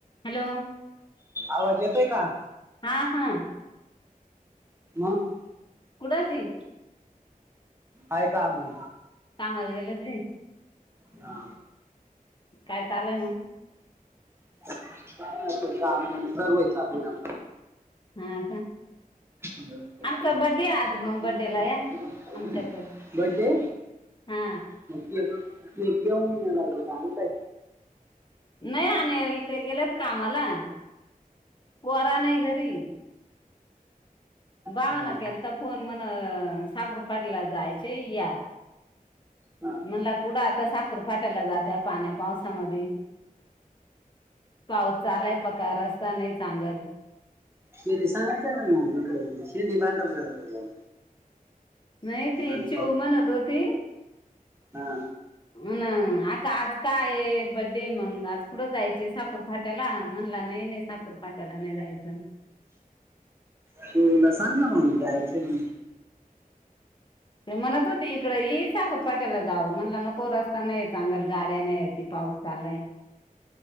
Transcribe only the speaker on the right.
आवाज येतोय का?
<inaudible>
काय काम ये?
हा.
<unintelligible> काम सर्वे चालू हे आमचा.
<inaudible>
बड्डे?
मग केक, केक घेऊन यावा लागल का आणलाय?
हां
हां
शिडी सांगायच ना इकडे शेंडी पांडल तर जाऊन.
आणि
हा.
चिवीला सांग ना मग जायचं म्हण.